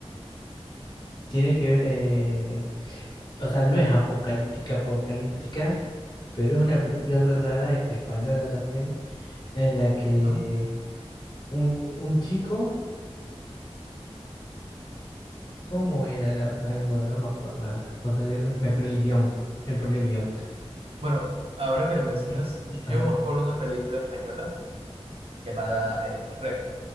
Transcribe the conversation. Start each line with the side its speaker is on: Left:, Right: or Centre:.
Left: tiene que ver... eh, O sea, no es apocalíptica, apocalíptica, pero es una película re rara, e- española también, en la que
Right: Ya.
Left: un, un chico, ¿cómo era la? ay, bueno, no me acuerdo ahora. O sea, me perdí el guión. Me perdí el guión.
Right: Bueno, ahora que lo mencionas,
Left: <clears throat>
Right: yo
Left: Ajá.
Right: yo me acuerdo de una película española llamada eh, Rec,